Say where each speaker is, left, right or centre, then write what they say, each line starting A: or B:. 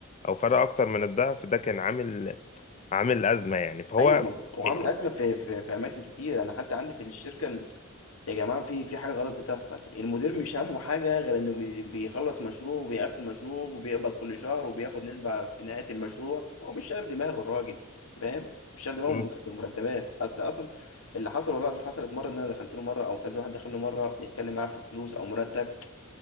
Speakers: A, on the left; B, on the left.
A: او فرق اكتر من الضعف ده كان عامل عامل أزمة يعني فهو
B: ايوه وعامل
A: يعني
B: ازمه في في في اماكن كتير انا حتى عندي في الشركه ال- يا جماعه في في حاجه غلط بتحصل المدير مش همه حاجه غير انه بي- بيخلص مشروع وبيقفل مشروع وبيقبض كل شهر وبياخد نسبه في نهايه المشروع هو مش شاغل دماغه الراجل انت فاهم مش شاغل دماغه
A: مم.
B: بم- بمرتبات اصل اصلا اللي حصل والله العظيم حصلت مره ان انا دخلت له مره او كذا واحد دخل له مره يتكلم معاه في فلوس او مرتب